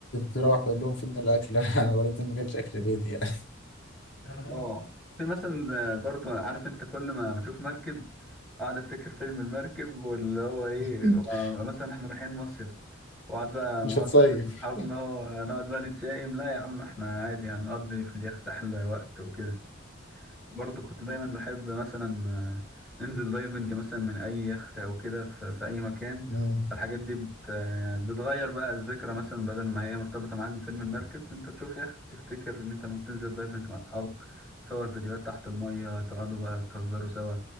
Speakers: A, on the left; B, in the centre.
A: تروح تقول لهم فين الأكل <laughs> أنا بقالي كتير ما أكلتش أكل بيتي يعني
B: آه في مثلا زي- برضو عارف أنت كل ما بشوف مركب أقعد أفتكر فيلم المركب واللي هو إيه
A: <laughs>
B: و- مثلا إحنا رايحين مصيف وقعد بقى نقعد
A: مش هتصيف
B: مع أصحابنا نقعد بقى نتشائم لا يا عم إحنا عادي هنقضي في اليخت أحلى وقت وكده برضه كنت دايما بحب مثلا آه، ننزل دايفنج مثلا من اي يخت او كده في, في اي مكان
A: مم.
B: الحاجات دي بت آه، بتغير بقى الذكرى مثلا بدل ما هي مرتبطه معاك بفيلم المركب انت تشوف يخت تفتكر ان انت لما بتنزل دايفنج مع اصحابك تصور فيديوهات تحت الميه تقعدوا بقى تهزروا سوا